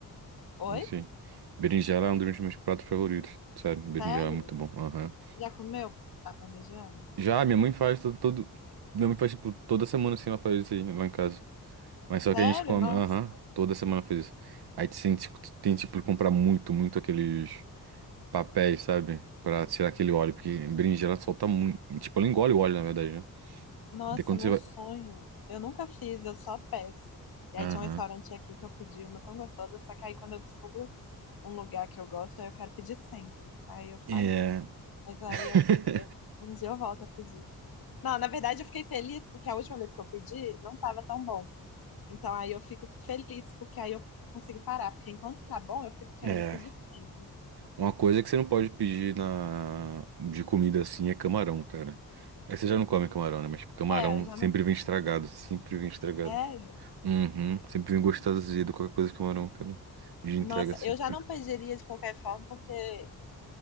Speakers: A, on the left; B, on the right.
A: Oi?
B: Isso aí. Berinjela é um dos meus pratos favoritos. Sério, berinjela
A: Sério?
B: é muito bom. Aham.
A: Já comeu a parmegiana?
B: Já, minha mãe faz todo, todo- Minha mãe faz, tipo, toda semana assim, ela faz isso aí lá em casa. Mas só
A: Sério?
B: que a gente come.
A: Nossa,
B: Aham, toda semana faz isso. Aí tem, tipo, tem, tipo, de comprar muito, muito aqueles. papéis, sabe? Pra tirar aquele óleo, porque berinjela ela solta muito. Tipo, ela engole o óleo, na verdade, né?
A: nossa,
B: De quando
A: meu
B: você vai.
A: sonho. Eu nunca fiz, eu só peço. E
B: Aham.
A: aí tinha um restaurante aqui que eu pedi uma tão gostosa, só que aí quando eu descubro um lugar que eu gosto, aí eu quero pedir sempre. Aí eu fali.
B: É. <laughs>
A: Mas aí eu, eu- um dia eu volto a pedir. Não, na verdade eu fiquei feliz porque a última vez que eu pedi não estava tão bom. Então aí eu fico feliz porque aí eu consigo parar, porque enquanto tá bom eu fico querendo
B: É.
A: pedir sempre.
B: Uma coisa que você não pode pedir na... de comida assim é camarão, cara. Aí você já não come camarão, né? Mas, tipo, camarão
A: É, eu já
B: sempre
A: não.
B: vem estragado, sempre vem estragado.
A: É,
B: Uhum. Sempre vem gostoso azedo, qualquer coisa de camarão, cara. De
A: nossa,
B: entrega assim.
A: eu já não pediria de qualquer forma porque